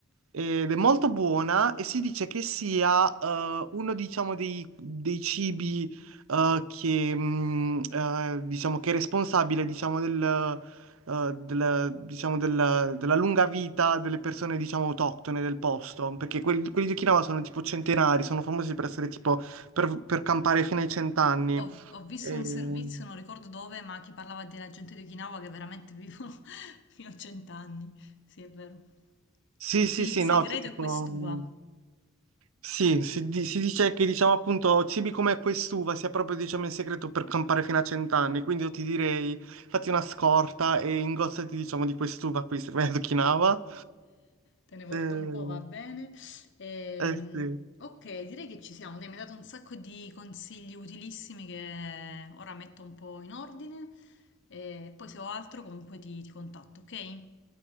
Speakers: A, on the right; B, on the left.
A: ed è molto buona e si dice che sia eh, uno diciamo dei, dei cibi eh, che mh, eh, diciamo che è responsabile diciamo, del, eh, della, diciamo, del- della lunga vita delle persone diciamo autoctone del posto, perché quelli, quelli di Okinawa sono tipo centenari, sono famosi per essere tipo per, per campare fino ai cent'anni.
B: Ho, ho visto
A: E-
B: un servizio, non ricordo dove, ma che parlava della gente di Okinawa che veramente vivono <laughs> fino a cent'anni. Sì, è vero.
A: Sì,
B: E quindi
A: sì, sì,
B: il segreto
A: no, c'è tipo.
B: è quest'uva.
A: mm, Sì, si, di- si dice che diciamo appunto cibi come quest'uva sia proprio diciamo il segreto per campare fino a cent'anni, quindi io ti direi fatti una scorta e ingozzati diciamo di quest'uva qui, se vai ad Okinawa.
B: Te ne porto
A: Eh,
B: un po', va bene. Ehm,
A: eh sì.
B: ok, direi che ci siamo. Dai, mi hai dato un sacco di consigli utilissimi che ora metto un po' in ordine. E poi se ho altro comunque ti ti contatto, ok?